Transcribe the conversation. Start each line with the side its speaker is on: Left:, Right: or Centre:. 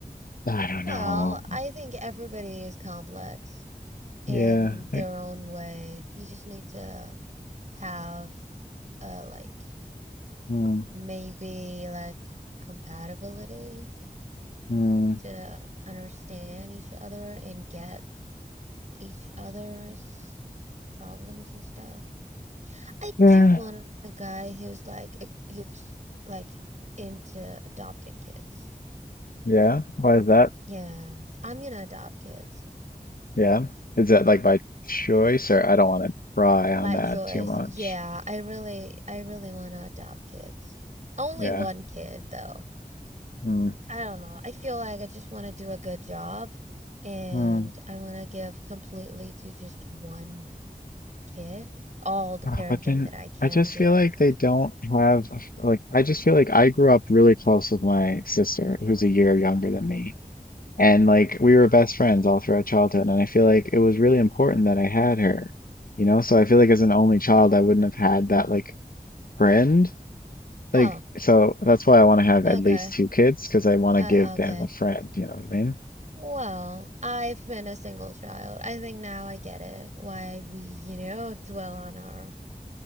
Left: I don't
Right: Well,
Left: know.
Right: I think everybody is complex in
Left: Yeah.
Right: their
Left: I,
Right: own way. You just need to have uh like
Left: mm,
Right: maybe like compatibility
Left: mm,
Right: to understand each other and get each other's problems and stuff. I
Left: yeah.
Right: do want a guy who's like e, who's like into adopting kids.
Left: Yeah. Why is that?
Right: Yeah, I'm gonna adopt kids.
Left: Yeah. Is that like by choice, or I don't want to pry on
Right: By
Left: that
Right: choice.
Left: too much?
Right: Yeah, I really I really want to adopt kids. Only
Left: Yeah.
Right: one kid though.
Left: Mm,
Right: I don't know. I feel like I just want to do a good job and
Left: mm.
Right: I want to give completely to just one kid all the
Left: Ah,
Right: parenting
Left: But then
Right: that I can
Left: I just
Right: give.
Left: feel like they don't have a f- like I just feel like I grew up really close with my sister who's a year younger than me. And like we were best friends all throughout childhood and I feel like it was really important that I had her. You know, so I feel like as an only child I wouldn't have had that like friend. Like
Right: Oh,
Left: so that's why I want to have
Right: okay.
Left: at least two kids because I want
Right: Uh,
Left: to give them
Right: okay.
Left: a friend, you know what I mean?
Right: Well, I've been a single child. I think now I get it why we, you know, dwell on our.